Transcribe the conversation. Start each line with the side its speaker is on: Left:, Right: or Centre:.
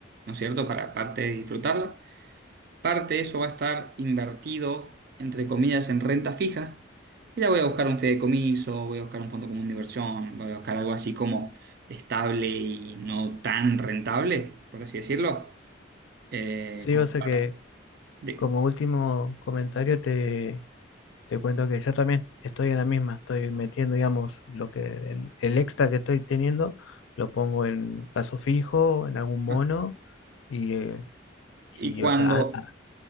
Right: ¿no es cierto? Para aparte de disfrutarla. Parte de eso va a estar invertido, entre comillas, en renta fija. Y ya voy a buscar un fideicomiso, voy a buscar un fondo común de inversión, voy a buscar algo así como estable y no tan rentable, por así decirlo. Eh,
Left: Sí,
Right: como
Left: o sea
Right: para-
Left: que
Right: de-
Left: como último comentario te Te cuento que yo también estoy en la misma, estoy metiendo, digamos, lo que el, el extra que estoy teniendo, lo pongo en paso fijo, en algún mono,
Right: ah,
Left: y, eh,
Right: y
Left: y
Right: cuando,
Left: o sea, a- a-